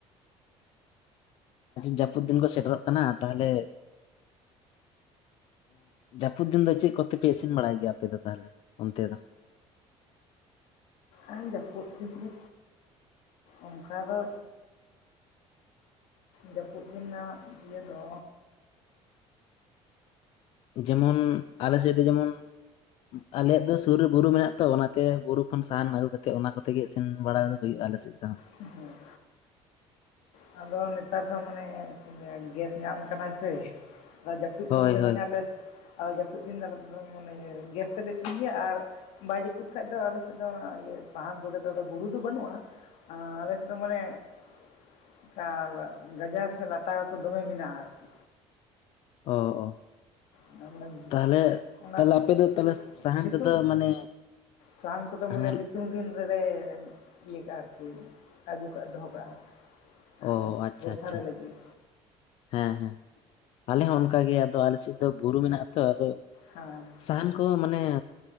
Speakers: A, on the left; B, on the left.
A: ᱡᱟᱹᱯᱩᱫ ᱫᱤᱱ ᱠᱚ ᱥᱮᱴᱮᱨᱚᱜ ᱠᱟᱱᱟ ᱛᱟᱦᱚᱞᱮ ᱡᱟᱹᱯᱩᱫ ᱫᱤᱱ ᱫᱚ ᱪᱮᱫ ᱠᱚᱛᱮᱯᱮ ᱤᱥᱤᱱ ᱵᱟᱲᱟᱭ ᱜᱮᱭᱟ ᱟᱯᱮ ᱫᱚ ᱛᱟᱦᱚᱞᱮ ᱚᱱᱛᱮ ᱫᱚ
B: ᱟᱨ ᱡᱟᱹᱯᱩᱫ ᱫᱤᱱ ᱫᱚ ᱚᱱᱠᱟ ᱫᱚ ᱡᱟᱹᱯᱩᱫ ᱫᱤᱱ ᱨᱮᱱᱟᱜ ᱤᱭᱟᱹ ᱫᱚ
A: ᱡᱮᱢᱚᱱ ᱟᱞᱮ ᱥᱮᱫ ᱫᱚ ᱡᱮᱢᱚᱱ ᱟᱞᱮᱭᱟᱜ ᱫᱚ ᱥᱩᱨ ᱨᱮ ᱵᱩᱨᱩ ᱢᱮᱱᱟᱜ ᱛᱚ ᱚᱱᱟᱛᱮ ᱵᱩᱨᱩ ᱠᱷᱚᱱ ᱥᱟᱦᱟᱱ ᱟᱹᱜᱩ ᱠᱟᱛᱮᱜ ᱚᱱᱟ ᱠᱚᱛᱮᱜᱮ ᱤᱥᱤᱱ ᱵᱟᱲᱟ ᱦᱩᱭᱩᱜᱼᱟ ᱟᱞᱮ ᱥᱮᱫ ᱫᱚ
B: ᱦᱮᱸ ᱟᱫᱚ ᱱᱮᱛᱟᱨ ᱫᱚ ᱢᱟᱱᱮ ᱪᱮᱜ ᱤᱧ ᱞᱮᱭᱟ ᱜᱮᱥ ᱧᱟᱢ ᱠᱟᱱᱟ ᱥᱮ ᱟᱫᱚ ᱡᱟᱹᱯᱩᱫ
A: ᱦᱳᱭ
B: ᱫᱤᱱ ᱫᱚ ᱢᱟᱱᱮ
A: ᱦᱳᱭ
B: ᱟᱞᱮ ᱟ ᱡᱟᱹᱯᱩᱫ ᱫᱤᱱ ᱫᱚ ᱢᱟᱱᱮ ᱜᱮᱥ ᱛᱮᱞᱮ ᱤᱥᱤᱱ ᱜᱮᱭᱟ ᱟᱨ ᱵᱟᱭ ᱡᱟᱹᱯᱩᱫ ᱠᱷᱟᱡ ᱫᱚ ᱟᱞᱮ ᱥᱮᱫ ᱫᱚ ᱚᱱᱟ ᱥᱟᱦᱟᱱ ᱠᱚᱜᱮ ᱛᱚ ᱟᱫᱚ ᱵᱩᱨᱩ ᱫᱚ ᱵᱟᱹᱱᱩᱜᱼᱟ ᱟ ᱟᱞᱮ ᱥᱮᱫ ᱫᱚ ᱢᱟᱱᱮ ᱮᱠᱟᱞ ᱜᱟᱡᱟᱲ ᱥᱮ ᱞᱟᱴᱟ ᱠᱚ ᱫᱚᱢᱮ ᱢᱮᱱᱟᱜᱼᱟ ᱟᱨᱠᱤ
A: ᱚ ᱚ
B: ᱚᱱᱟ ᱢᱟᱱᱮ
A: ᱛᱟᱦᱚᱞᱮ
B: ᱚᱱᱟ
A: ᱛᱟᱦᱚᱞᱮ ᱟᱯᱮ ᱫᱚ ᱛᱟᱦᱟᱞᱮ ᱥᱟᱦᱟᱱ
B: ᱥᱤᱛᱩᱝ
A: ᱛᱮᱫᱚ ᱢᱟᱱᱮ
B: ᱥᱟᱦᱟᱱ ᱠᱚᱫᱚ ᱢᱟᱱᱮ
A: ᱦᱮᱸ
B: ᱥᱤᱛᱩᱝ ᱫᱤᱱ ᱞᱮ ᱤᱭᱟᱹ ᱠᱟᱜᱼᱟ ᱟᱨᱠᱤ ᱟᱹᱜᱩ ᱠᱟᱜ-ᱟ ᱫᱚᱦᱚ ᱠᱟᱜᱼᱟ ᱟᱨ
A: ᱚ ᱟᱪᱪᱷᱟ
B: ᱵᱚᱨᱥᱟ
A: ᱟᱪᱪᱷᱟ
B: ᱨᱮ ᱞᱟᱹᱜᱤᱫ
A: ᱦᱮᱸ ᱦᱮᱸ ᱟᱞᱮ ᱦᱚᱸ ᱚᱱᱠᱟ ᱜᱮ ᱟᱫᱚ ᱟᱞᱮᱥᱮᱫ ᱫᱚ ᱵᱩᱨᱩ ᱢᱮᱱᱟᱜ ᱟ ᱛᱚ ᱟᱫᱚ
B: ᱦᱮᱸ
A: ᱥᱟᱦᱟᱱ ᱠᱚ ᱢᱟᱱᱮ